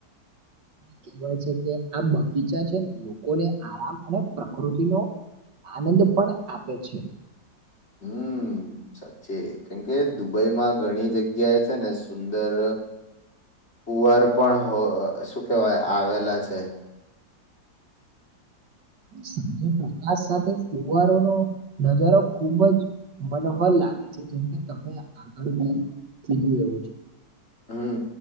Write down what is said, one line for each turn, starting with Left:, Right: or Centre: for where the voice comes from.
Right: અને કહેવાય છે કે આ બગીચા છે ને લોકોને આરામ અને પ્રકૃતિનોો આનંદ પણ આપે છે
Left: હમ સાચી કેમકે દુબઈમાં ઘણી જગ્યા એ છે ને સુંદર કુવાર પણ શું કહેવાય આવેલા છે <inaudible>
Right: સંજય પ્રકાશ સાથે ફુવારો નો નજારો ખુબ જ મનોહલ લાગે છે કેમકે તમે આગળ બ કીધું રહવું છે
Left: હમ